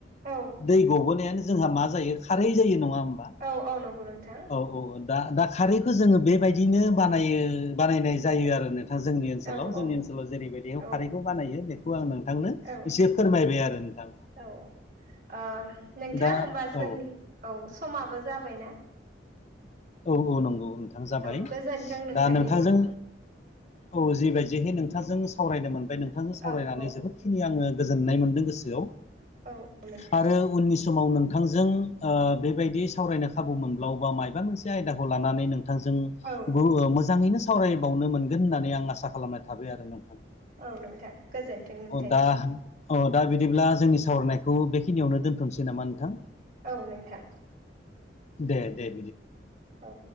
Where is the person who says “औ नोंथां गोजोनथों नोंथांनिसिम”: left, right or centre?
Right